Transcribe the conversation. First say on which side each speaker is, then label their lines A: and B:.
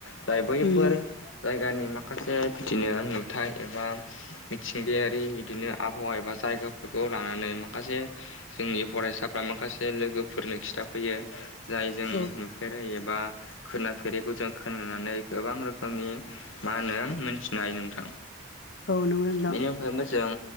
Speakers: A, on the left; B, on the left.
A: जाय बैफोर
B: उम
A: जायगानि माखासे फिथिनो नुथाय एबा मिथिंगायारि बिदिनो आबहावा एबा जायगाफोरखौ लानानै माखासे जोंनि फरायसाफ्रा माखासे लोगोफोरनो खिथाफैयो। जाय जों
B: औ
A: नुफेरै एबा खोनाफेरैखौ जों खोनानानै गोबां रोखोमनि मा होनो मोनथिनो हायो नोंथां
B: औ नंगौ नोंथां
A: बेनि अनगायैबो जों